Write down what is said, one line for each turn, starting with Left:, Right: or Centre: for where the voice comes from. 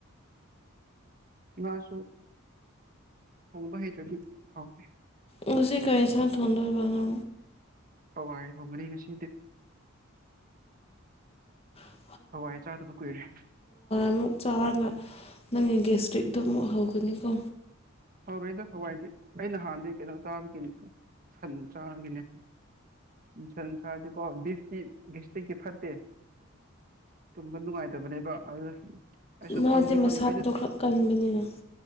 Right: ꯉꯥꯁꯨ ꯊꯣꯡꯕ ꯍꯩꯇ꯭ꯔꯗꯤ ꯍꯥꯎꯗꯦ
Left: ꯉꯁꯤ ꯀ ꯏꯁꯥ ꯊꯣꯗ ꯄꯅ
Right: ꯍꯋꯥꯏ ꯊꯣꯡꯒꯅꯤ ꯉꯁꯤꯗꯤ
Left: ꯎ
Right: ꯍꯋꯥꯏ ꯆꯥꯗꯕ ꯀꯨꯏꯔꯦ
Left: ꯑꯃꯨꯛ ꯆꯥꯔꯒ ꯅꯪꯒꯤ ꯒꯦꯁꯇ꯭ꯔꯤꯛꯛꯇꯣ ꯑꯃꯨꯛ ꯍꯧꯒꯅꯤꯀꯣ
Right: ꯍ ꯍꯋꯥꯏꯗꯤ ꯑꯩꯅ ꯅꯍꯥꯟꯗꯤ ꯀꯩꯅꯣ ꯆꯥꯕꯒꯤꯅꯤ ꯁꯟ ꯆꯥꯕꯒꯤꯅꯦ ꯁꯟꯁꯥꯔꯗꯤꯀꯣ ꯕꯤꯐꯇꯤ ꯁꯇ꯭ꯔꯤꯛꯀꯤ ꯐꯠꯇꯦ ꯇ ꯅꯨꯡꯉꯥꯏꯇꯕꯅꯦ ꯏꯕ ꯑꯗꯨ ꯑꯩꯁꯨ
Left: ꯃꯥꯁꯦ
Right: ꯈꯪꯗꯤ
Left: ꯃꯁꯥ
Right: ꯈꯪꯉꯦꯕ ꯑꯩꯗꯣ
Left: ꯊꯣꯛꯈꯂꯛ ꯀꯟꯕꯅꯤꯅ